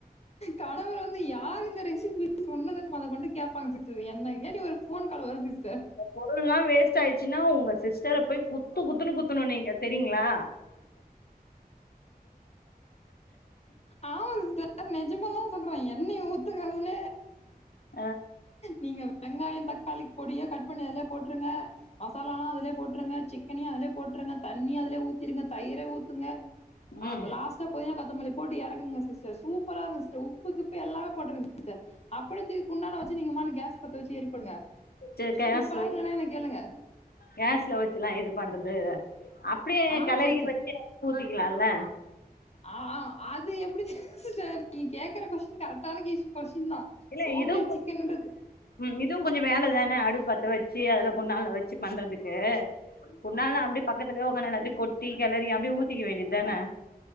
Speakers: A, on the left; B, on the left.
A: கணவர் வந்து யார் இந்த ரெசிபி சொன்னதுன்னு மொத கொண்டு கேப்பாங்க சிஸ்டர் என்ன டி ஒரு போன் கால் வரும் சிஸ்டர்
B: பொருள்ல்லாம் வேஸ்ட் ஆயிடுச்சுன்னா உங்க சிஸ்டரை போய் குத்து குத்துன்னு குத்துணும் நீங்க சரிங்களா
A: ஆமா சிஸ்டர் நெஜமதான் சொல்றேன் என்ன ஊத்துங்க அதுல
B: ஆ
A: நீங்க வெங்காயம் தக்காளிக்கு பொடிய கட் பண்ணி அதுலயே போட்டுருங்க மசாலாலாம் அதுலயே போட்டுருங்க சிக் கட் பண்ணி அதுலயே போட்டுறுங்க தண்ணி அதுலயே ஊத்திருங்க தயிர ஊத்துங்க
B: ம்
A: லாஸ்டா பொதினா கொத்தமல்லி போட்டு இறக்குங்க சிஸ்டர் சூப்பரா இருக்கும் சி்ஸ்டர் உப்புகிப்பு எல்லாமே போட்டிருங்க சிஸ்டர் அப்படியே திருப்பி குண்டான வச்சு நீங்கமானனு கேஸ் பத்த வச்சு ஏரிப்படுங்க
B: சரி
A: சூப்பரா
B: கேஸு
A: இல்லன்னா என்ன கேளுங்க
B: கேஸ்ல வச்சுலா இது பண்றது அப்டியே
A: ஆமா
B: கிளக
A: சிஸ்டர்.
B: வச்சு ஊத்திக்கலாம்ல
A: ஆ அது எப்டி நீ கேக்கற கொஸ்டின் கரக்டான கேஷ கொஸ்டின் தா
B: இல்ல
A: சோம்பேறி
B: இதுவு
A: சிக்கன்றது
B: ம் இதுவு கொஞ்ச வேலைதானே அடுபு பத்த வச்சு அதுல குண்டாலல வச்சு பண்றதுக்கு உன்னாலு அப்டியே பக்கத்துலயே உக்காந்து நல்ல அப்டியேகொட்டி கிளறி அப்படியே ஊத்திக்க வேண்டியது தானே